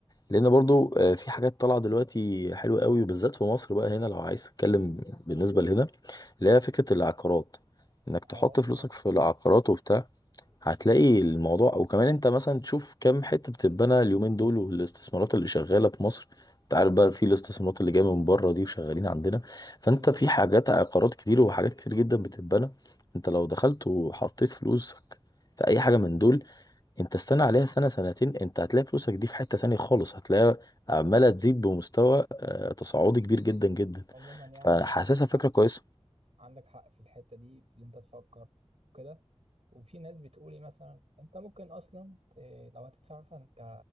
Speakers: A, on the left; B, on the right.
A: لان برضو آه، في حاجات طالعه دلوقتي حلوه قوي وبالذات في مصر بقى هنا لو عايز تتكلم بالنسبه لهنا اللي هي فكره العقارات انك تحط
B: اه
A: فلوسك
B: اه
A: في
B: صح
A: العقارات وبتاع هتلاقي الموضوع وكمان انت مثلا تشوف كام حته بتتبنى اليومين دول والاستثمارات اللي شغاله في مصر انت عارف بقى في الاستثمارات اللي جايه من بره دي وشغالين عندنا فانت
B: اكيد
A: في حاجات عقارات كتير وحاجات كتير جدا بتتبنى انت لو دخلت وحطيت فلوسك في اي حاجه من دول انت استنى عليها سنة سنتين انت هتلاقي فلوسك دي في حتة تانية خالص هتلاقيها عمالة تزيد بمستوى آه، تصاعدي كبير جدا جدا
B: عموما يعني
A: فحاسسها
B: عندك حق
A: فكرة كويسة
B: عندك حق في الحته دي في اللي انت تفكر كده وفي ناس بتقولي مثلا انت ممكن اصلا ت- لو هتدفع مثلا ك